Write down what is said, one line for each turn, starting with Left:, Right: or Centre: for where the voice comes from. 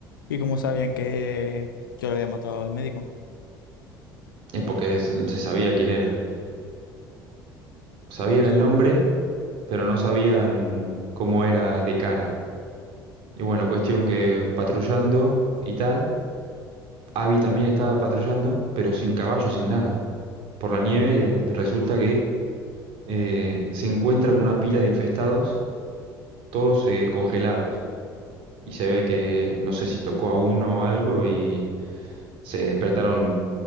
Left: ¿Y cómo sabían que yo le había matado al médico?
Right: Eh, porque es- se sabía quién era. Sabían
Left: Usted-
Right: el nombre pero no sabían cómo era de cara. Y bueno, cuestión que patrullando y tal, Abby también estaba patrullando, pero sin caballo, sin nada. Por la nieve eh, resulta que eh, se encuentra con una pila de infestados, todos eh, congelados. Y se ve que no sé si tocó a uno o algo y se despertaron,